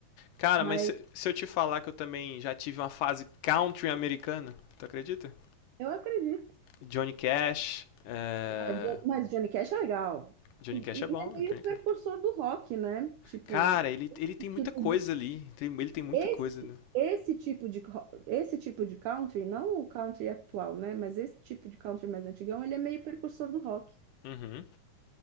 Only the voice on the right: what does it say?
Mas
Eu acredito.
Ah, Jo- Mas Johnny Cash é legal.
E, e
é meio
precursor do rock, né? Tipo,
esse
tipo
de,
esse,
esse tipo de, ro- esse tipo de country, não o country atual, né? Mas esse tipo de country mais antigão, ele é meio precursor do rock.